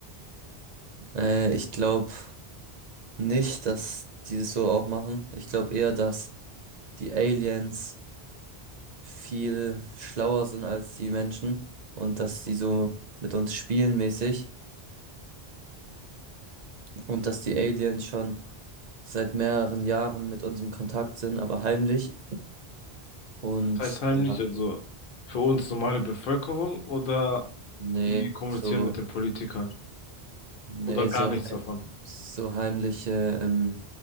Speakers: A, on the right; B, on the left.
A: Äh, ich glaube nicht, dass die das so auch machen. Ich glaube eher, dass die Aliens viel schlauer sind als die Menschen und dass die so mit uns spielen mäßig und dass die Aliens schon seit mehreren Jahren mit uns im Kontakt sind, aber heimlich. Und
B: Das heißt heimlich,
A: ja,
B: also für uns normale Bevölkerung oder
A: nee,
B: die kommunizieren
A: so,
B: mit den Politikern
A: nee,
B: oder gar
A: so,
B: nichts
A: heim,
B: davon.
A: so heimliche ähm,